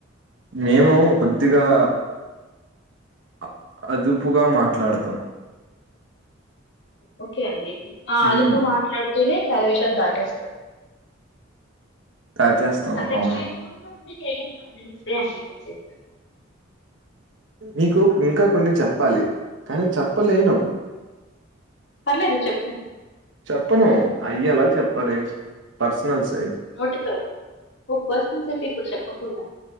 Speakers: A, on the right; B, on the left.
A: మేము కొద్దిగా అ అదుపుగా మాట్లాడతాం
B: ఓకే అండి ఆ
A: హ్మ్
B: అందుకు మాట్లాడుతునే చాలా విషయాలు దాటేస్తారు
A: దాచేస్తాం
B: అంతే
A: అవును
B: <unintelligible>
A: నీకు ఇంకా కొన్ని చెప్పాలి కానీ చెప్పలేను
B: పర్లేదు చెప్పండి
A: చెప్పను అయ్యలా చెప్పాలి పర్సనల్స్యి
B: నోటితో ఓ పెర్సొనల్స్ అయితే ఇప్పుడు చెప్పకూడద